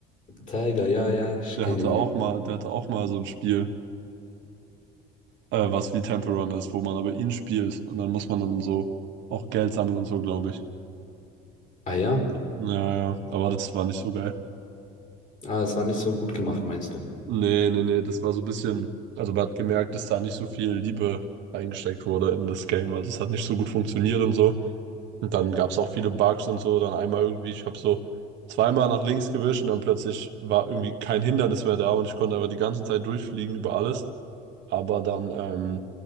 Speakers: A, on the left; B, on the right.
A: Tiger, ja, ja, ich
B: Der
A: kenne
B: hatte
A: ihn,
B: auch
A: ja.
B: mal, der hatte auch mal so ein Spiel, äh, was wie Temple Run ist, wo man aber ihn spielt und dann muss man dann so auch Geld sammeln und so, glaube ich.
A: Ah ja,
B: Ja, ja, aber das war nicht so geil.
A: ah, es war nicht so gut gemacht, meinst du?
B: Nee, nee, nee, das war so ein bisschen, also man hat gemerkt, dass da nicht so viel Liebe reingesteckt wurde in das Game, also es hat nicht so gut funktioniert und so. Und dann gab es auch viele Bugs und so. Dann einmal irgendwie, ich habe so zweimal nach links gewischt und dann plötzlich war irgendwie kein Hindernis mehr da und ich konnte einfach die ganze Zeit durchfliegen über alles. Aber dann ähm,